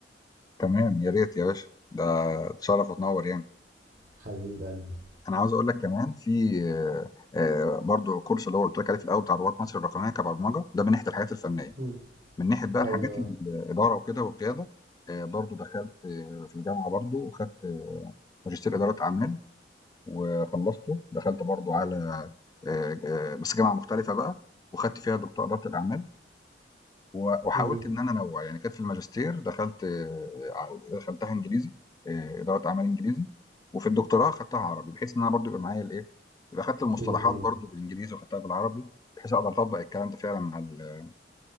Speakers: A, on the left; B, on the right.
A: وتمام، يا ريت يا باشا، ده تشرّف وتنوّر يعني.
B: حبيب قلبي
A: أنا عاوز أقول لك كمان في آآ برضه كورس اللي هو قُلت لك عليه في الأول بتاع رواد مصر الرقمية كبرمجة، ده من ناحية الحاجات الفنية.
B: مم.
A: من ناحية بقى
B: ايوه
A: الحاجات الإدارة وكده والقيادة، آآ برضه دخلت آه، في الجامعة برضه وخدت آه، ماجستير إدارة أعمال وخلّصته، دخلت برضه على آآ ج بس جامعة مختلفة بقى وخدت فيها دكتوراه إدارة الأعمال. و وحاولت
B: امم
A: إن أنا أنوّع، يعني كانت في الماجستير دخلت آآ دخلتها إنجليزي، آآ إدارة أعمال إنجليزي، وفي الدكتوراه خدتها عربي، بحيث إن أنا برضه يبقى معايا الإيه، يبقى خدت المصطلحات
B: الاتنين
A: برضه بالإنجليزي وخدتها بالعربي، بحيث أقدر أطبّق الكلام ده فعلًا مع ال